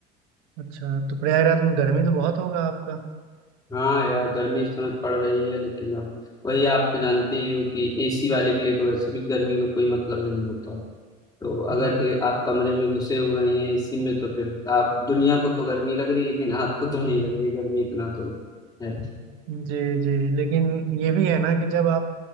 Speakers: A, on the right; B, on the left.
A: अच्छा तो प्रयागराज में गर्मी तो बहुत होगा आपका
B: हाँ यार गर्मी इस समय पड़ रही है लेकिन अब वही आप तो जानते ही हो कि एसी वाले के लिए तो वैसे भी गर्मी का कोई मतलब नहीं होता है। तो
A: हम्म,
B: अगर ये आप कमरे में घुसे हुए हैं एसी में तो फिर आप दुनिया को तो गर्मी लग रही लेकिन आपको तो नहीं लग रही गर्मी इतना तो है
A: जी जी लेकिन ये भी है ना कि जब आप